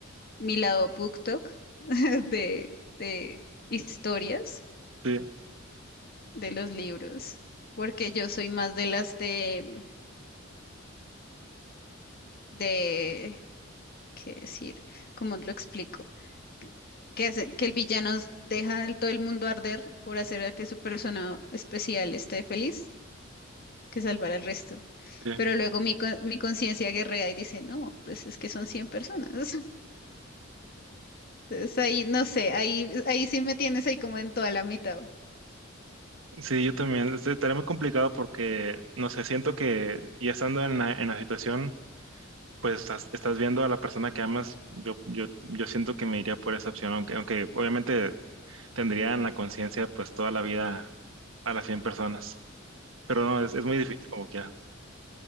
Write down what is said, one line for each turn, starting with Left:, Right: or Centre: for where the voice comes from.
Left: mi lado BookTok <laughs> de, de historias
Right: Sí,
Left: de los libros, porque yo soy más de las de, de, ¿qué decir? ¿Cómo lo explico? Que hacen, que el villano deja el- todo el mundo arder por hacer a que su persona especial esté feliz, que salvará al resto.
Right: sí.
Left: Pero luego mi, con- mi conciencia guerrea y dice, no, pues es que son 100 personas. <laughs> Entonces ahí, no sé, ahí, ahí sí me tienes ahí como en toda la mitad.
Right: Sí, yo también. Este, Estaría muy complicado porque, no sé, siento que ya estando en la, en la situación, pues estás, estás viendo a la persona que amas, yo, yo, yo siento que me iría por esa opción, aunque, aunque obviamente tendría en la conciencia pues toda la vida a las 100 personas, pero no, es, es muy difícil como quiera.